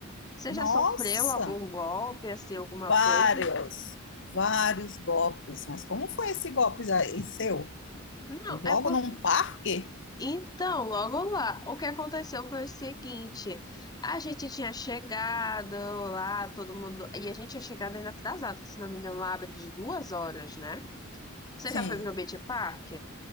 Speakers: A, on the left; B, on the left.
A: Você
B: Nossa,
A: já sofreu algum golpe, assim, alguma
B: vários,
A: coisa?
B: vários golpes. Mas como foi esse golpe aí seu?
A: Não,
B: Logo
A: é por
B: num parque?
A: Então, logo lá, o que aconteceu foi o seguinte: a gente tinha chegado lá, todo mundo. E a gente tinha chegado ainda atrasado, que se não me engano, lá abre de duas horas, né? Você
B: Sim.
A: já foi pro Beach Park?